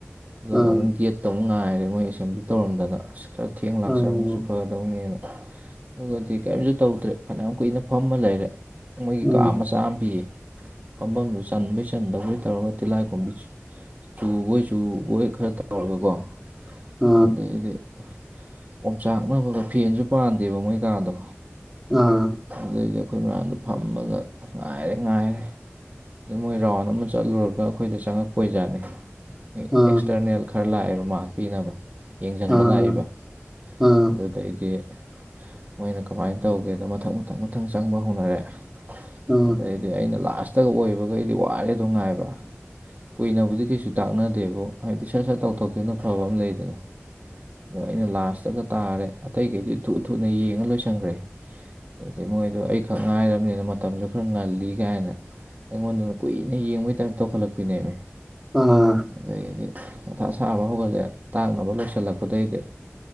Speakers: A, on the right (about 40°); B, in the centre.
A: ꯑꯗꯨꯒ
B: ꯑꯥ
A: ꯑꯃꯨꯛ ꯒꯦꯠꯇ ꯑꯃꯨꯛ ꯉꯥꯏꯔꯦ ꯃꯣꯏ ꯑꯦꯁꯦꯝꯕ꯭ꯂꯤ ꯇꯧꯔꯝꯗꯅ ꯑꯁ ꯈꯔ ꯊꯦꯡ ꯂꯥꯛꯆꯔꯝꯝꯕꯁꯨ
B: ꯑꯥ ꯑꯣ
A: ꯐ꯫ ꯀꯗꯧꯅꯦꯅ ꯑꯗꯨꯒꯗꯤ ꯀꯔꯤꯝꯁꯨ ꯇꯧꯗ꯭ꯔꯦ ꯐꯅꯌꯥꯝ ꯀꯨꯏꯅ ꯐꯝꯃ ꯂꯩꯔꯦ꯫ ꯃꯣꯏꯒꯤ
B: ꯑꯥ ꯑꯥ ꯑꯥ
A: ꯀꯥ ꯃꯆꯥ ꯑꯃ ꯄꯤꯌꯦ ꯐꯝꯐꯝꯗꯨ ꯆꯟꯕꯩ ꯆꯟꯗꯕꯩ ꯇꯧꯔꯒ ꯇꯤꯜꯍꯥꯏꯈꯣꯝꯕꯤ ꯆꯨꯕꯣꯏ ꯆꯨꯕꯣꯏ ꯈꯔ ꯇꯧꯔꯒꯀꯣ
B: ꯑꯥ
A: ꯑꯗꯗꯒꯤꯗꯤ ꯑꯣꯝꯆꯥꯛꯅꯕꯒ ꯐꯦꯟꯁꯨ ꯄꯥꯟꯗꯦꯕ ꯃꯣꯏ ꯀꯥꯗꯣ
B: ꯑꯥ
A: ꯑꯗꯨꯗꯩꯗꯤ ꯑꯩꯈꯣꯏ ꯃꯌꯥꯝꯗꯣ ꯐꯝꯃꯒ ꯉꯥꯏꯔꯦ ꯉꯥꯏꯔꯦ꯫ ꯑꯗ ꯃꯣꯏ ꯔꯥꯎꯟ ꯑꯃ ꯆꯠꯂꯨꯔꯒ ꯑꯩꯈꯣꯏꯗ ꯆꯪꯉꯛꯄ ꯑꯣꯏꯖꯥꯠꯅꯤ
B: ꯑꯥ
A: ꯑꯦꯛꯁꯇꯔꯅꯦꯜ ꯈꯔ ꯂꯥꯛꯑꯦꯕ ꯃꯥꯛ ꯄꯤꯅꯕ ꯌꯦꯡꯁꯤꯪꯕ
B: ꯑꯥ ꯑꯥ
A: ꯂꯥꯛꯏꯕ
B: ꯑꯥ
A: ꯑꯗꯨꯗꯩꯗꯤ ꯃꯣꯏꯅ ꯀꯃꯥꯏꯅ ꯇꯧꯒꯦꯗ ꯃꯊꯛ ꯃꯊꯪ ꯃꯊꯪ ꯆꯪꯕ ꯍꯧꯅꯔꯦ
B: ꯑꯣ
A: ꯑꯗꯩ꯫ ꯑꯗꯩ ꯑꯩꯅ ꯂꯥꯁꯇꯒ ꯑꯣꯏꯕꯈꯩꯗꯤ ꯋꯥꯔꯦꯗꯣ ꯉꯥꯏꯕ ꯀꯨꯏꯅꯕꯨꯗꯤ ꯀꯩꯁꯨ ꯇꯥꯛꯅꯗꯦ꯫ ꯗꯦꯕꯨ ꯍꯥꯏꯗꯤ ꯁꯔ ꯁꯔ ꯇꯧꯊꯣꯛꯀꯤꯕꯅ ꯐꯕ ꯑꯃ ꯂꯩꯗꯅ ꯑꯗꯣ ꯑꯩꯅ ꯂꯥꯁꯇꯒ ꯇꯥꯔꯦ ꯑꯇꯩꯈꯩꯗꯤ ꯊꯨ ꯊꯨꯅ ꯌꯦꯡꯉ ꯂꯣꯏꯁꯟꯒ꯭ꯔꯦ ꯑꯗꯨꯗꯩ ꯃꯣꯏꯗꯣ ꯑꯩ ꯈꯛ ꯉꯥꯏꯔꯕꯅꯤꯅ ꯃꯇꯝꯁꯨ ꯈꯔ ꯉꯜꯂꯤ ꯀꯥꯏꯅ꯫ ꯑꯩꯉꯣꯟꯗꯅ ꯀꯨꯏꯅ ꯌꯦꯡꯕꯩ ꯇꯥꯏꯞ ꯇꯧꯈꯠꯂꯛꯄꯤꯅꯦꯃꯦ꯫
B: ꯑꯥ꯫
A: ꯑꯗꯩꯗꯤ ꯄꯊꯥ ꯁꯥꯕ ꯍꯧꯒꯠꯂꯦ ꯇꯥꯡꯅꯕ ꯂꯩꯁ꯫ ꯁꯜꯂꯛꯄꯗꯩꯗꯤ